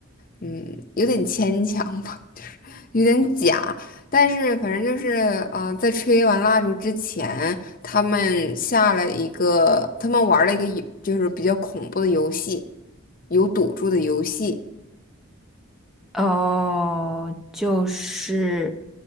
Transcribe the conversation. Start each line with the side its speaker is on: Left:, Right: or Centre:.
Left: 嗯，有点牵强吧，就是有点假，但是反正就是嗯，在吹完蜡烛之前，他们下了一个，他们玩了一个游就是比较恐怖的游戏，有赌注的游戏，
Centre: 哦，就是